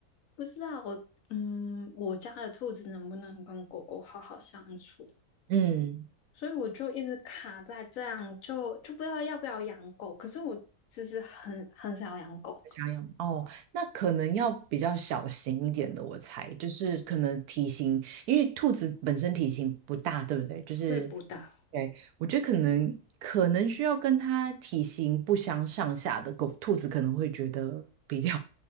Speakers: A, on the left; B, on the right.
A: 不知道，嗯，我家的兔子能不能跟狗狗好好相处，
B: 嗯。
A: 所以我就一直卡在这样，就就不知道要不要养狗。可是我其实很很想要养狗，
B: 小样哦，那可能要比较小型一点的，我猜，就是可能体型，因为兔子本身体型不大，对不对？就是，
A: 对不大，
B: 对，我觉得可能可能需要跟它体型不相上下的狗，兔子可能会觉得比较，